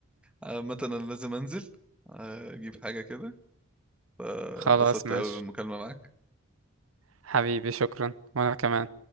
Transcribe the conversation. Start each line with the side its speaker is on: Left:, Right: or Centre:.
Centre: عامة انا لازم انزل آه، اجيب حاجة كده فبسطت
Right: خلاص ماشي
Centre: قوي بالمكالمة معاك
Right: حبيبي شكرا وأنا كمان